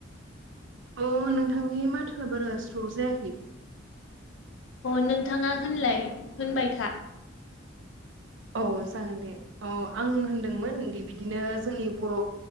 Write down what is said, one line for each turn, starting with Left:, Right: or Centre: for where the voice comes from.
Right: अ नोंथांनि माथोआ बारा स्र' जायाखै
Left: अ नोंथाङा होनलाय होनबाय था
Right: औ जागोन दे ओ आं होनदोंमोन दि बिदिनो जोंनि बर'